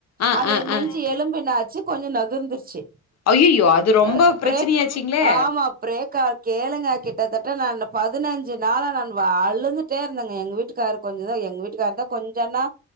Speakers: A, on the left; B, on the right.
A: அ
B: அந்த
A: அ அ
B: நெஞ்சி
A: அது
B: எலும்பு என்னாச்சி கொஞ்ச நகு விழுந்துருச்சி
A: ஐயயோ அது ரொம்ப
B: அ அப்பறோ
A: பிரச்சனையாச்சுங்களே
B: பிரேக் ஆமா பிரேக்கா கேளுங்க கிட்டத்தட்ட நான் பதினஞ்சி நாளா நா அழுந்துட்டே இருந்தேங்க எங்க வீட்டு இருக்காரு கொஞ்சதா எங்க வீட்டுக்கார் தா கொஞ்சனா